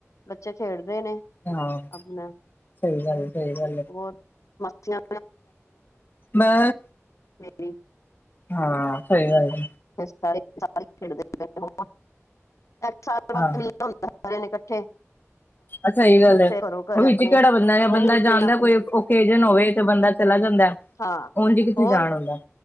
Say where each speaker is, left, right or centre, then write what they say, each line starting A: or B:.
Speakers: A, on the left; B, on the left.
A: ਬੱਚੇ ਖੇਡਦੇ ਨੇ
B: ਹਾਂ
A: ਆਪਣਾ
B: ਸਹੀ ਗੱਲ ਹੈ ਸਹੀ ਗੱਲ ਹੈ
A: ਹੋਰ ਮਸਤੀਆਂ
B: ਬਸ
A: <inaudible>
B: ਹਾਂ ਸਹੀ ਗੱਲ।
A: <unintelligible>
B: ਹਾਂ ਅੱਛਾ ਇਹੀ ਗੱਲ ਹੈ।
A: ਫੇਰ ਘਰੋਂ ਘਰੇ
B: ਉਹ ਵਿੱਚ
A: ਆਪਣੇ
B: ਕਿਹੜਾ ਬੰਦਾ,
A: ਉਹੀ
B: ਬੰਦਾ
A: ਰੂਟੀਨ
B: ਜਾਂਦਾ
A: ਆਪਣੀ
B: ਕੋਈ ਓਕੇਜਨ ਹੋਵੇ ਤੇ ਬੰਦਾ ਚਲਾ ਜਾਂਦਾ।
A: ਹਾਂ
B: ਉਂਝ ਕਿੱਥੇ
A: ਹੋਰ
B: ਜਾਣ ਹੁੰਦਾ ।